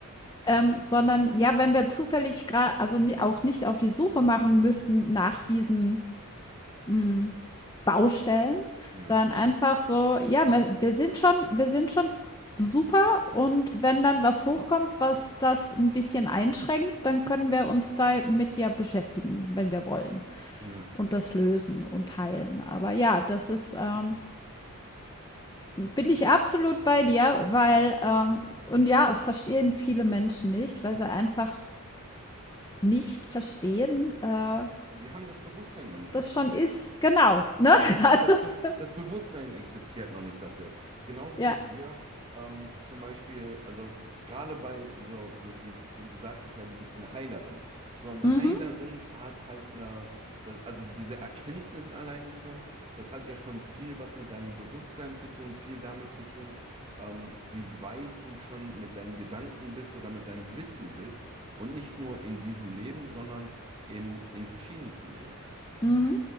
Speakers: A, on the left; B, on the right.
A: ähm, sondern ja, wenn wir zufällig gerade, also ni- auch nicht auf die Suche machen müssen nach diesen mm, Baustellen,
B: Ja.
A: sondern einfach so, ja, wir, wir sind schon, wir sind schon super und wenn dann was hochkommt, was das ein bisschen einschränkt, dann können wir uns damit ja beschäftigen, wenn wir wollen
B: Ja.
A: und das lösen und heilen. Aber ja, das ist, ähm, bin ich absolut bei dir, weil, ähm, und ja, es verstehen viele Menschen nicht, weil sie einfach nicht verstehen, äh,
B: Sie haben das Bewusstsein noch nicht
A: das
B: dafür.
A: schon ist. Genau, ne? <laughs>
B: Ja, das,
A: Also,
B: Be
A: so,
B: das Bewusstsein existiert noch nicht dafür. Genauso
A: ja.
B: wie wir ähm, zum Beispiel, also gerade bei so, so die, du sagtest ja, du bist eine Heilerin. So eine
A: Mhm,
B: Heilerin hat halt eine, das, also diese Erkenntnis alleine schon, das hat ja schon viel was mit deinem Bewusstsein zu tun, viel damit zu tun, ähm, wie weit du schon mit deinen Gedanken bist oder mit deinem Wissen bist. Und nicht nur in diesem Leben, sondern in, in verschiedensten Leben.
A: mhm,